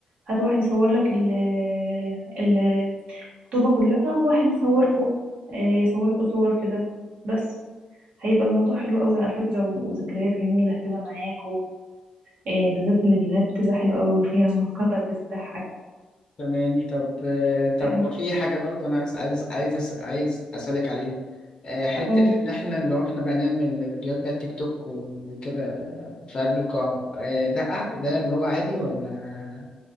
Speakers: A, on the right; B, on the left.
A: هات واحد يصور لك ال ال- الخطوبة كلها وواحد يصوركوا آه، يصور لكوا صور كده بس هيبقى الموضوع حلو قوي على فكرة وذكريات جميلة هتبقى معاك إيه بالذات الفيديوهات بتبقى حلوة أوي وفيها مقاطع بتضحك
B: تمام طب آه، طب
A: آه،
B: في حاجه برضه انا عايز عايز عايز عايز اسالك عليها آه، حته
A: فأقول
B: ان احنا لو احنا بقى نعمل فيديوهات بقى تيك توك وكده في قلب القاعه آه، ده أح- ده اللي هو عادي ولا